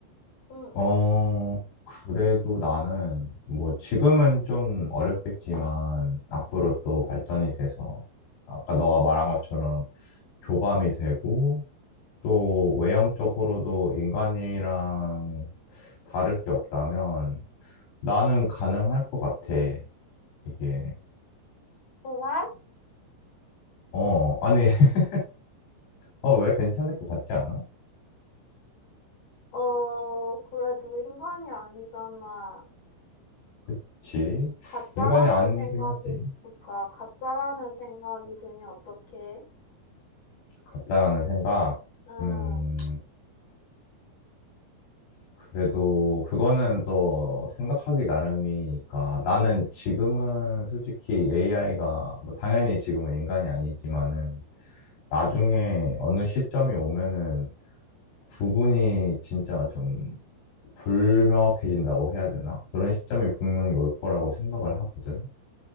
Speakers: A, on the left (about 35°); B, on the left (about 65°).
A: 응,
B: 어, 그래도 나는, 뭐, 지금은 좀 어렵겠지만, 앞으로 또 발전이 돼서, 아까 너가
A: 응.
B: 말한 것처럼 교감이 되고, 또 외형적으로도 인간이랑 다를 게 없다면, 나는 가능할 것 같아, 이게.
A: 그래?
B: 어, 아니, <laughs> 어, 왜 괜찮을 것 같지 않아?
A: 어 그래도 인간이 아니잖아.
B: 그치.
A: 가짜라는
B: 인간이 아니긴
A: 생각이
B: 하지.
A: 그러니까 가짜라는 생각이 들면 어떡해?
B: 가짜라는 생각.
A: 응.
B: 음, 그래도 그거는 또 생각하기 나름이니까. 나는 지금은 솔직히 AI가, 뭐 당연히 지금은 인간이 아니지만은 나중에 어느 시점이 오면은 구분이 진짜 좀 불명확해진다고 해야 되나? 그런 시점이 분명히 올 거라고 생각을 하거든.